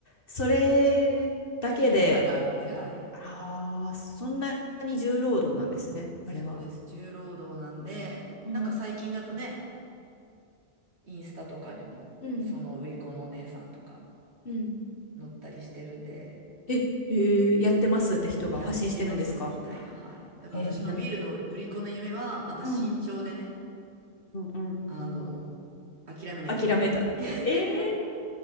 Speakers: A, on the left (about 50°); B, on the right (about 70°).
A: それだけで、
B: 大きな差があるんで、はい。
A: ああ、そんなに重労働なんですね、
B: そうです。
A: あれは。
B: 重労働なんで、
A: うん。
B: なんか最近だとね、インスタとかにも、
A: うん、
B: その売り子のお姉さんとか
A: うん。
B: 載ったりしてるんで、
A: え、へえ、やってますって人が発信してるんですか
B: やってますみたいな、はい。だから私のビールの売り子の夢は、
A: えーみんな、
B: また慎重でね、
A: うん、うん、うん、
B: あの、
A: うん
B: 諦めなきゃいけない。
A: 諦めた。
B: <laughs>
A: ええ